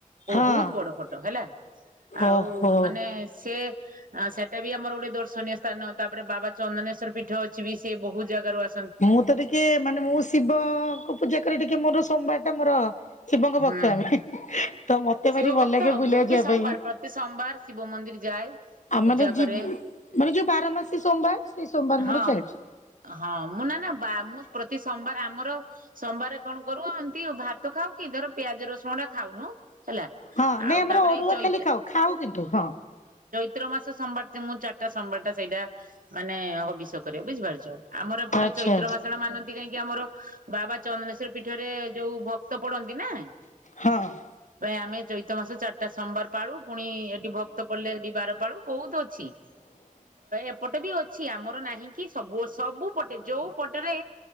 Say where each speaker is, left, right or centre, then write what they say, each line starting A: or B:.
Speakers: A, on the left (about 60°); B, on the right (about 80°).
A: ହଁ
B: ବହୁତ ବଡ ଫଟୋ ହେଲା ଆଉ
A: ଓହୋ।
B: ମାନେ ସେ ହଁ ସେଇଟା ବି ଆମର ଗୋଟେ ଦର୍ଶନୀୟ ସ୍ଥାନ ତାପରେ ବାବା ଚନ୍ଦନେଶ୍ଵର ପୀଠ ଅଛି। ବି ସେ ବହୁତ ଜାଗାରୁ ଅସିଛି।
A: ମୁଁ ତ ଟିକେ ମାନେ ମୁଁ ଶିବଙ୍କୁ ପୂଜା କରି ଟିକେ ମୋର ସୋମବାର ଟା ମୋର ଶିବଙ୍କ ଭକ୍ତ
B: ହୁଁ
A: ଆମେ ତ ମତେ
B: ଶିବ
A: ଭାରି ଭଲ
B: ଭକ୍ତ
A: ଲାଗେ ବୁଲିବାକୁ
B: ମୁଁ
A: ଯିବା
B: ବି ସୋମବାର
A: ପାଇଁ
B: ପ୍ରତି ସୋମବାର ଶିବ ମନ୍ଦିର୍ ଯାଏ
A: ଆମ୍
B: ପୂଜା
A: ମାନେ ଯିବି
B: କରେ
A: ଏଇ ଯୋଉ ବାର ମାସି ସୋମବାର୍ ସେଇ ସୋମବାର୍
B: ହଁ
A: ମୋର ଚାଲିଛି
B: ହଁ ମୁଁ ନା ନା ବା ମୁଁ ପ୍ରତି ସୋମବାର ଆମର ସୋମବାରେ କଣ କରୁ ଏମିତି ଭାତ ଖାଉ କି ଧର ପିଆଜ ରସୁଣ ଟା ଖାଉନୁ ହେଲା।
A: ହଁ ନାଇଁ
B: ଆଉ
A: ଆମର
B: ତାପରେ
A: ଅରୁଆ
B: ଏଇ ଚୈତ
A: ଖାଲି ଖାଉ ଖାଉ କିନ୍ତୁ ହଁ
B: ତ୍ର ମାସ ସୋମବାର୍ ତା ମୁଁ <inaudible> ଟା ସମ୍ବର ଟା ସେଇଟା ମାନେ ହବିଷ କରେ ବୁଝିପାରୁଛ, ଆମର ଏପଟେ
A: ଆଚ୍ଛା।
B: ଚୈତ୍ର ମାସରେ ମାନନ୍ତି କାହିଁକି ଆମର ବାବା ଚନ୍ଦନେଶ୍ଵର ପୀଠରେ ଯୋଉ ଭ ତ ପୋଡନ୍ତି ନା
A: ହଁ ।
B: ଆମେ ଚୈିତ ମାସରେ ଚା ଏଟା ସୋମବାର ପାଳୁ ପୁଣି ଏଠି ଭକ୍ତ ପଡିଲେ ଏଠି ବାର ପାଳୁ ବହୁତ ଅଛି ଏପଟେ ବି ଅଛି ଆମର ନାହିଁ କି ସବୁ ସବୁ ପଟେ ଯୋଉ ପଟେରେ